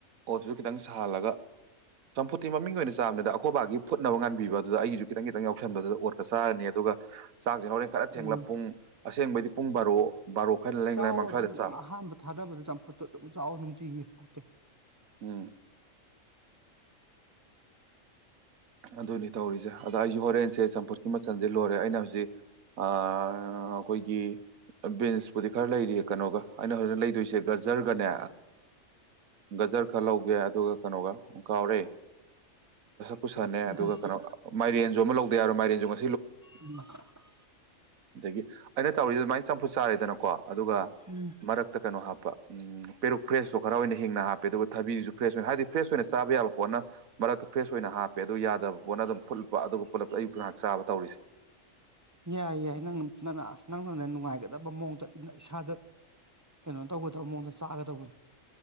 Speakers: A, on the right; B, on the right.
A: ꯑꯣꯠꯇꯨꯁꯨ ꯈꯤꯇꯪ ꯁꯥꯍꯜꯂꯒ ꯆꯝꯐꯨꯇꯤ ꯃꯃꯤꯡꯒꯤ ꯑꯣꯏꯅ ꯆꯥꯕꯅꯤꯗ ꯑꯩꯈꯣꯏ ꯈꯣꯢꯕꯥꯒꯤ ꯐꯨꯠꯅꯕ ꯉꯥꯟꯕꯤꯕ ꯑꯗꯨ ꯑꯩꯒꯤꯁꯨ ꯈꯤꯇꯪ ꯈꯤꯇꯪ ꯌꯥꯎꯁꯟꯕꯗꯨꯗ ꯑꯣꯠ ꯆꯥꯔꯅꯤ ꯑꯗꯨꯒ ꯆꯥꯛꯁꯦ ꯍꯣꯔꯦꯟ ꯈꯔ ꯊꯦꯡꯂꯞ
B: ꯎꯝ
A: ꯄꯨꯡ ꯑꯁꯦꯡꯕꯩꯗꯤ ꯄꯨꯡ ꯕꯥꯔꯣ ꯕꯥꯔꯣ ꯈꯔ ꯂꯦꯡ
B: ꯆꯥꯎ
A: ꯂꯩꯔꯃꯥꯡ ꯁ꯭ꯋꯥꯏꯗ
B: ꯑꯗꯨꯝ
A: ꯆꯥꯕ
B: ꯑꯍꯥꯟꯕ ꯊꯥꯗꯕꯗ ꯆꯝꯐꯨꯠꯇꯣ ꯑꯗꯨꯝ ꯆꯥꯎ ꯅꯨꯡꯇꯤꯒꯤ ꯄꯨꯛꯇꯣ
A: ꯎꯝ ꯑ ꯑꯗꯨꯅꯤ ꯇꯧꯔꯤꯁꯦ ꯑꯗ ꯑꯩꯁꯨ ꯍꯣꯔꯦꯟꯁꯦ ꯆꯝ ꯄꯣꯠꯀꯤ ꯃꯆꯜꯁꯦ ꯂꯣꯏꯔꯦ ꯑꯩꯅ ꯍꯧꯖꯤꯛ ꯑꯩꯈꯣꯏꯒꯤ ꯕꯤꯟꯁꯄꯨꯗꯤ ꯈꯔ ꯂꯩꯔꯤꯌꯦ ꯀꯩꯅꯣꯒ ꯑꯩꯅ ꯍꯧꯖꯤꯛꯅ ꯂꯩꯗꯣꯏꯁꯦ ꯒꯖꯔꯒꯅꯦ ꯒꯖꯔ ꯈꯔ ꯂꯧꯒꯦ ꯑꯗꯨꯒ ꯀꯩꯅꯣꯒ ꯀꯥꯎꯔꯦ ꯀꯨꯁꯥꯅꯦ
B: ꯒꯖꯦ
A: ꯑꯗꯨꯒ ꯀꯩꯅꯣ ꯃꯥꯏꯔꯦꯟꯖꯨ ꯑꯃ ꯂꯧ <unintelligible> ꯃꯥꯏꯔꯦꯖꯨ ꯉ
B: ꯎꯝ
A: ꯑꯗꯒꯤ ꯑꯩꯅ ꯇꯧꯔꯤꯁꯤ ꯑꯗꯨꯃꯥꯏꯅ ꯆꯝꯐꯨꯠ ꯆꯥꯔꯦꯗꯅꯀꯣ꯫ ꯑꯗꯨꯒ
B: ꯎꯝ
A: ꯃꯔꯛꯇ ꯀꯩꯅꯣ ꯍꯥꯞꯄ꯫ ꯎꯝ ꯄꯦꯔꯨꯛ ꯐ꯭ꯔꯦꯁꯇꯣ ꯈꯔ ꯑꯣꯏꯅ ꯍꯦꯡꯅ ꯍꯥꯞꯄꯦ ꯑꯗꯨꯒ ꯊꯕꯤꯁꯨ ꯐ꯭ꯔꯦꯁ ꯑꯣꯏꯅ ꯍꯥꯏꯗꯤ ꯐ꯭ꯔꯦꯁ ꯑꯣꯏꯅ ꯆꯥꯕ ꯌꯥꯕ ꯄꯣꯠꯅ ꯃꯔꯛꯇ ꯐ꯭ꯔꯦꯁ ꯑꯣꯏꯅ ꯍꯥꯞꯄꯦ꯫ ꯄꯦ ꯑꯗꯨ ꯌꯥꯗꯕ ꯄꯣꯠꯅ ꯑꯗꯨꯝ ꯐꯨꯠꯄ ꯑꯗꯨꯒ ꯄꯨꯂꯞ ꯑꯌꯨꯛꯇ ꯉꯍꯥꯛ ꯆꯥꯕ ꯇꯧꯔꯤꯁꯦ꯫
B: ꯌꯥꯏ ꯌꯥꯏ ꯅꯪ ꯅꯪꯅ ꯅꯪꯅꯅꯦ ꯅꯨꯡꯉꯥꯏꯒꯗꯕ ꯃꯑꯣꯡꯗ ꯏꯁꯥꯗ ꯀꯩꯅꯣ ꯇꯧꯒꯗꯕ ꯃꯑꯣꯡꯗ ꯆꯥꯒꯗꯧꯕꯅꯦ꯫